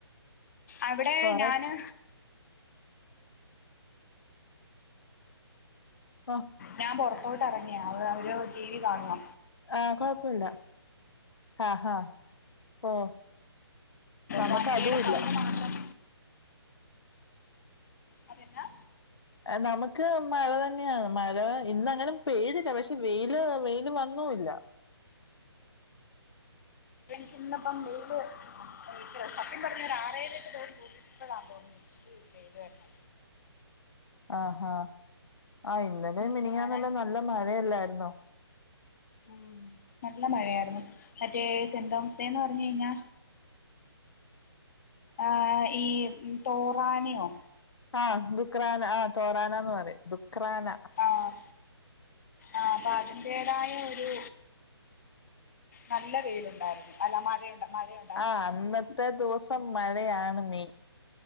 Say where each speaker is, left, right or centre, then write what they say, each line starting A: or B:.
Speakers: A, on the left; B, on the left.
A: അവിടെ
B: കൊറെ
A: ഞാന്
B: ആഹ്
A: ഞാൻ പൊറത്തോട്ട് ഇറങ്ങിയാ അവ അവര് ടിവി കാണുവ
B: ആഹ് കൊയ്പ്പല്ല ആഹ് ആഹ് ഓ നമുക്ക്
A: വണ്ടിയുടെ
B: അതും ഇല്ല
A: സൗണ്ട് മാത്രം അതെന്നാ?
B: ഏ നമക്ക് മഴ തന്നെയാ മഴ ഇന്നങ്ങനെ പെയ്തില്ല പക്ഷെ വെയില് വെയില് വന്നൂല്ല.
A: എനക്കിന്ന്പ്പം <unintelligible> ഇപ്പൊ സത്യം പറഞ്ഞ ഒരാറേഴ് എട്ട് ദിവസം കൂടിയപ്പോളാ തോന്നുന്നു ഇച്ചിരി ഒരു വെയില് വരുന്നേ
B: ആഹ് ഹ ആഹ് ഇന്നലെ
A: ഇന്നിപ്പോ
B: മിനിയാന്നെല്ല
A: ആരാണ്ട്
B: നല്ല മഴയല്ലായിരുന്നോ
A: ഉം നല്ല മഴയായിരുന്നു മറ്റേ സെന്റ് തോമസ് ഡേന്ന് പർഞ്ഞ് കയ്ഞ്ഞാ ആഹ് ഈ തോറാനിയോ
B: ആഹ് ദുഗ്രാരാന ആ തോറാനാന്ന് പറിം ദുഗ്രാന.
A: ആഹ് ആഹ് അത അദിന്റേതായ ഒരു നല്ല വെയിലുണ്ടായിരുന്നു അല്ല മഴയുണ്ട മഴയുണ്ടായിരു
B: അന്ന ത ദിവസം മഴയാണ് മെയിൻ